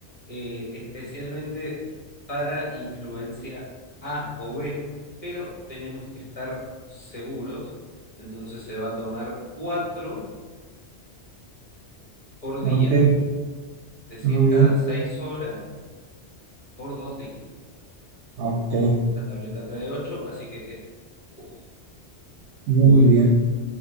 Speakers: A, on the left (about 30°); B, on the right (about 75°).
A: eh, especialmente para influencia A o B, pero tenemos que estar seguros. Entonces se va a tomar cuatro por día,
B: ok.
A: es decir,
B: Muy bien.
A: cada seis horas por dos días.
B: Ok,
A: La tableta trae 8 así que es justo.
B: muy
A: Bueno,
B: bien.